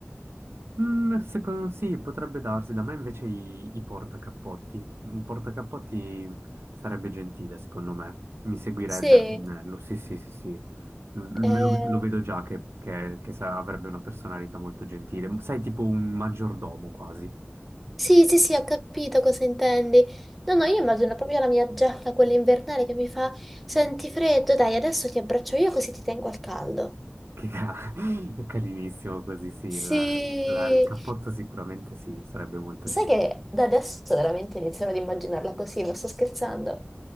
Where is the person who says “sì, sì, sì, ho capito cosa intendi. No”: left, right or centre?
Centre